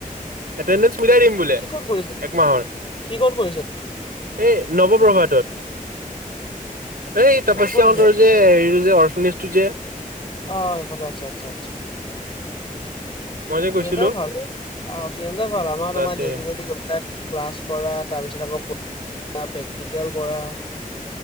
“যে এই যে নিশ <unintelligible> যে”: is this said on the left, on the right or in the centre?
Right